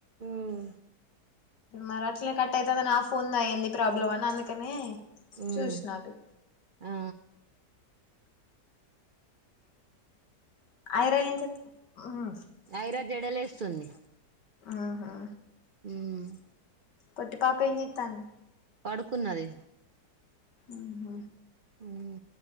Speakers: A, on the right (about 90°); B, on the left (about 75°).
A: ఉమ్,
B: మరాట్నే కట్ అయితంది నా ఫోన్ దా ఎంది ప్రాబ్లమ్ అని అందుకనే
A: ఉమ్,
B: చూసినాటు
A: ఆ
B: ఐరా ఏం చెత్ మ్
A: ఐరా జడలేస్తుంది
B: ఆహా
A: హ్మ్
B: పొట్టిపాప ఎం జేతంది
A: పడుకున్నది.
B: ఉమ్
A: ఊమ్,